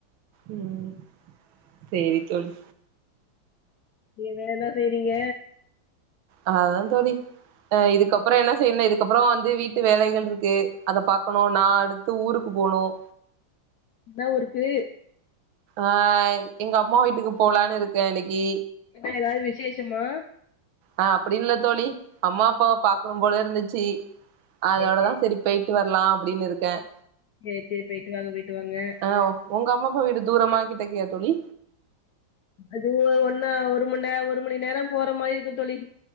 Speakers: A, on the right; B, on the left.
A: உம் சரி தோழி
B: வேறதான் செய்றீங்க
A: அதான் தோழி அஹ் இதுக்கப்புறம் என்ன செய்யனா இதுக்கப்புறம் வந்து வீட்டு வேலைகள் இருக்கு அதை பாக்கணும் நான் த்து ஊருக்கு போனோம்
B: என்ன ஊருக்கு
A: ஆஹ் எங்க அம்மா வீட்டுக்கு போலான்னு இருக்கேன் இன்னைக்கு
B: ஏதாவது விசேஷமா
A: ஆஹ் அப்படி இல்ல தோழி அம்மா அப்பாவ பாக்கணும் போல இருந்துச்சு அதோடதான்
B: சேரி
A: சரி பேய ட்டு வரலாம் அப்டின்னு இருக்கேன்
B: சேர் சேர் போயிட்டு வாங்க போயிட்டு வாங்க
A: ஆ உங்க அம்மா அப்பா வீடு தூரமா கிட்ட கிட்டகியா தோழி
B: அது ஒன்னா ஒரு மணி நே ஒரு மணி நேரம் போற மாரி இருக்கும் தொழி